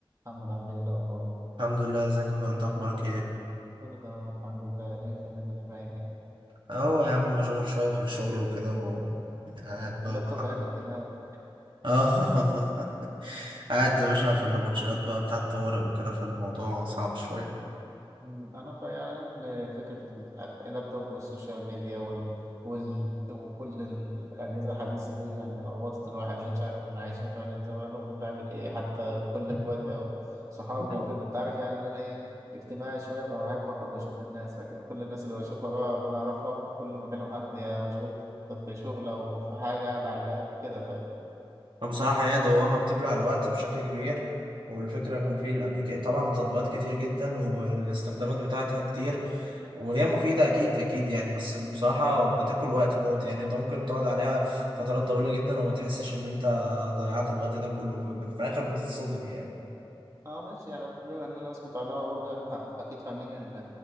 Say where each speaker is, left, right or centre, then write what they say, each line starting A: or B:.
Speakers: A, on the right; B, on the right.
A: محمد عامل ايه الأخبار؟
B: الحمد لله ازيك يا اخويا انت اخبارك ايه
A: كله تمام الحمد لله ايه فينك مش باين يعني
B: اه يا عم مشغول شويه في الشغل وكده وقاعد بقى
A: اللابتوب
B: بحاول
A: هياكل دماغك
B: اه <laughs> قاعد يا باشا في النبطشيات بقى بتاع الطوارئ وكده فالموضوع صعب شويه
A: مم، أنا ف- يعني من فكرة ال- اللابتوب والسوشيال ميديا وال... وال... وكل الأجهزة الحديثة دي يعني لخبطت الواحد مبقتش عارف احنا عايشين في أنهي زمان وبنعمل ايه حتى كل
B: <laughs>
A: اخواتي أو صحابي وكده
B: اه.
A: أنت عارف يعني إن أنا ايه اجتماعي شوية فبحب أخرج أشوف الناس لكن كل الناس اللي بشوفها بقى واللي أنا أعرفها كل ما أكلم حد يا مشغول في شغل أو في حاجة قاعد على اللاب كده
B: فبصراحه هي دوامه بتبلع الوقت بشكل كبير والفكره انه في الابليك طبعا التطبيقات كتير جدا والاستخدامات بتاعتها كتير وهي مفيدة أكيد أكيد يعني بس بصراحة بتاكل وقت موت يعني أنت ممكن تقعد عليها فترات طويلة جدا وما تحسش إن أنت ضيعت الوقت ده كله ف- في الآخر بتتصدم يعني
A: اه ماشي يعني بما ان الناس متعلمه برضه يعني ح- اكيد فاهمين ان